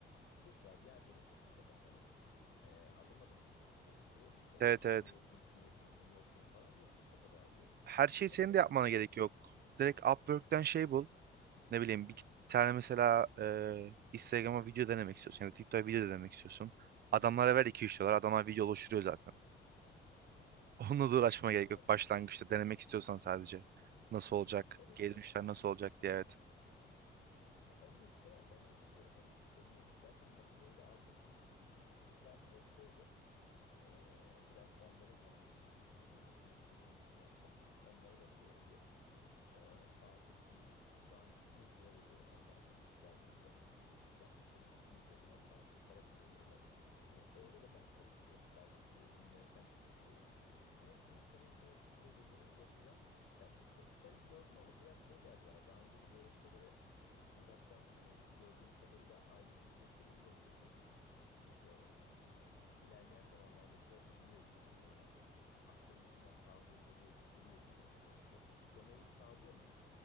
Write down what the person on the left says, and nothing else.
Bir de derya deniz hakikaten hani e, adım adım gitmek gerekiyor. O,
ha
bunu yapayım, şunu yapayım, bunu yapayım falan diye çok kafa dağılıyor.
Ama
Shopify'da
ş-
Hı hı,
hı hı.
ya, har-
o da
doğru.
Ya onları kolay ben yapabiliyorum. Onda bir sorun yok. Zaten makineyi de aldım. Bizim kızlar boştaydı. Ee, biraz onların hani işe girmesini istediğim için yaptım. Onlara da şey oldu. Ee, saatlik bir şu an 200 lira veriyorum onlara. Hani iş geldikçe yaptıkları işin üzerinden saatlik para kazanıyorlar. Hani orada da ben çalışmıyorum. Sadece sürecin yöneten kısmındayım. Ama şimdi senin bu şey dediğine bir bakacağım. Ya Shopify'ı gördüm ama biraz şey geldi bana. Daha önce de böyle şeylere uzaktan hani gördüğüm kadarıyla aylık ücretleri bir bakıyorsun. İşte ilerleyen zamanlarda şey yapabiliyor gibi hani böyle astarı yüzünden pahalıya geliyor, geliyor gibi sanki. Domain sağlıyor mu?